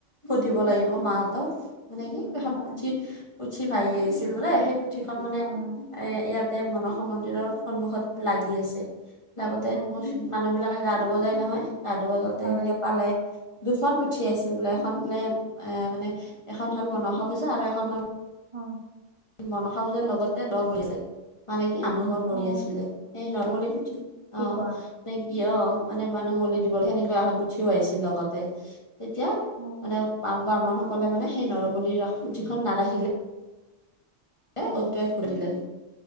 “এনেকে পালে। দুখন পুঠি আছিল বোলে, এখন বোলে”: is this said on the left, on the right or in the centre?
Left